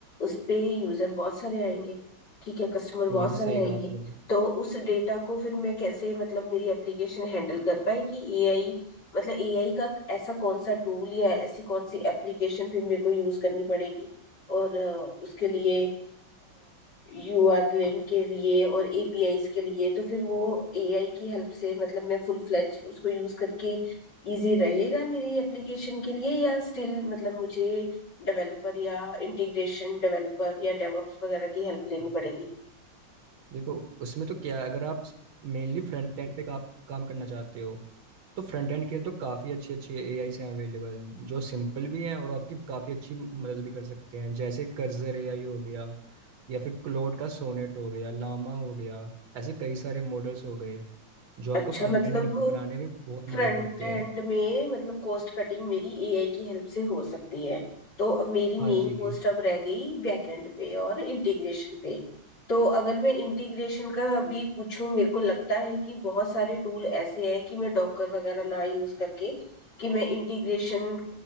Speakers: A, on the left (about 55°); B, on the right (about 75°).
A: उस पे यूजर बहुत सारे आएंगे ठीक है कस्टमर बहुत
B: ये तो
A: सारे
B: सही
A: आएंगे
B: कहा आपने
A: तो उस डेटा को फिर मैं कैसे मतलब मेरी एप्लीकेशन हैंडल कर पाएगी एआई मतलब एआई का ऐसा कौन सा टूल या ऐसी कौन सी एप्लीकेशन फिर मेरे को यूज करनी पड़ेगी और अ, उसके लिए यूआरएल के लिए और एपीआईज के लिए तो फिर वो एआई की हेल्प से मतलब मैं फुल फ्लेज उसको यूज करके इजी रहेगा मेरी एप्लीकेशन के लिए या स्टिल मतलब मुझे डेवलपर या इंटीग्रेशन डेवलपर या डेवऑप्स वगैरह की हेल्प लेनी पड़ेगी
B: देखो उसमें तो क्या है, अगर आप मेनली फ्रंट एंड पे आप काम करना चाहते हो तो फ्रंट एंड के लिए तो काफ़ी अच्छे अच्छे एआई हैं अवेलेबल जो सिंपल भी हैं और आपकी काफ़ी अच्छी मदद भी कर सकते हैं जैसे कर्जर एआई हो गया या फिर क्लोड का सोनेट हो गया लामा हो गया ऐसे कई सारे मॉडल्स हो गए जो
A: अच्छा
B: आपका फ्रंट
A: मतलब
B: एंड बनाने में बहुत मदद
A: फ्रंट
B: करते
A: एंड
B: हैं
A: में मतलब कॉस्ट कटिंग मेरी एआई की हेल्प से हो सकती है तो मेरी मेन
B: हाँ जी
A: कॉस्ट अब रह गई बैक एंड पे और इंटीग्रेशन पे तो अगर मैं इंटीग्रेशन का अभी पूछूं मेरे को लगता है कि बहुत सारे टूल ऐसे हैं कि मैं डॉकर वगैरह ना यूज करके कि मैं इंटीग्रेशन